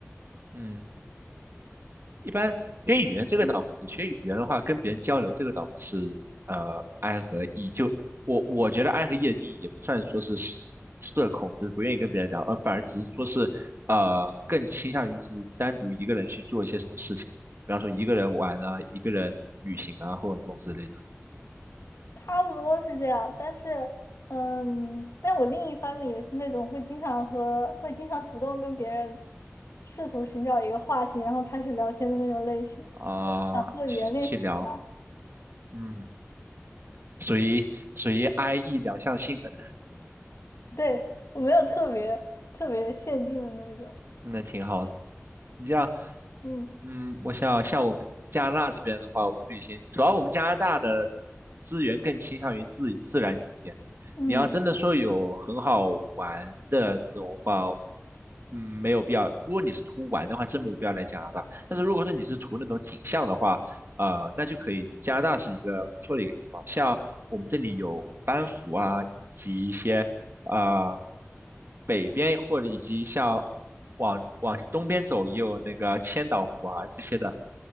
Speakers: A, on the right (about 50°); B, on the left (about 75°).
A: 嗯。一般学语言这个倒不是，
B: 嗯。
A: 学语言的话跟别人交流这个倒不是，呃，I 和 E 就我我觉得 I 和 E 的定义也不算说是社社恐，就是不愿意跟别人聊，而反而只是说是呃更倾向于是单独一个人去做一些什么事情，比方说一个人玩啊，一个人旅行啊，或者这种之类的
B: 差不多是这样，但是，嗯，但我另一方面也是那种会经常和会经常主动跟别人试图寻找一个话题，然后开始聊天的那种类型，
A: 啊，
B: 想做语言练习的嘛。
A: 去去聊，嗯，属于属于 I E 两项性的，
B: 对，我没有特别特别限定的那种，
A: 那挺好的你这样。
B: 嗯
A: 嗯，我想像我们加拿大这边的话，我们旅行主要我们加拿大的资源更倾向于自自然景点。
B: 嗯，
A: 你要真的说有很好玩的那种话，嗯，没有必要。如果你是图玩的话，真没有必要来加拿大。但是如果说你是图那种景象的话，呃，那就可以。加拿大是一个不错的一个地方，像我们这里有班夫啊，以及一些。啊，北边或者以及像往往东边走也有那个千岛湖啊这些的，